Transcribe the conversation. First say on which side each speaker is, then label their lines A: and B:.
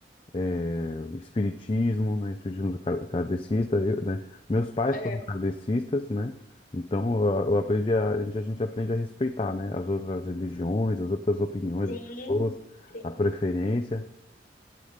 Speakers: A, on the left (about 30°); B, on the left (about 45°).
A: é, o espiritismo, né, espiritismo car- kardecista, eu, né, meus pais
B: É,
A: foram
B: é.
A: kardecistas, né, então eu, eu aprendi a, a gente, a gente aprende a respeitar, né, as outras religiões, as outras opiniões
B: Sim,
A: as pessoas,
B: sim.
A: a preferência,